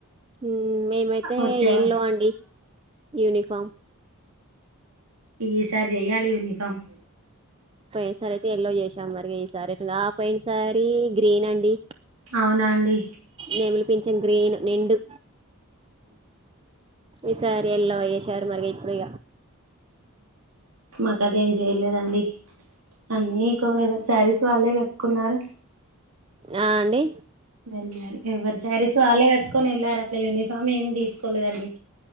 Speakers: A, on the right (about 25°); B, on the right (about 75°).
A: మ్మ్, మేమైతే
B: వచ్చేవా
A: ఎల్లో అండి యూనిఫామ్
B: ఈసారి చెయ్యాలి యూనిఫార్మ్
A: పోయిన సారి అయితే ఎల్లో చేసాం మరి ఈ సారి ఇట్ల పోయిన సారి గ్రీన్ అండి
B: అవునా అండి
A: నెమిలిపింఛం గ్రీను నిండు ఈసారి ఎల్లో వేషారు మరి ఇప్పుడు ఇగ
B: మాకు అదేం చేయలేదండి అన్నీ ఇకో ఎవరి శారీస్ వాళ్ళే కట్టుకున్నారు
A: ఆ అండి
B: వెళ్ళారు ఎవ్వరి సారిీస్ వాళ్ళే కట్టుకొని వెళ్ళారు అట్లా యూనిఫామ్ ఏమి తీసుకోలేదండి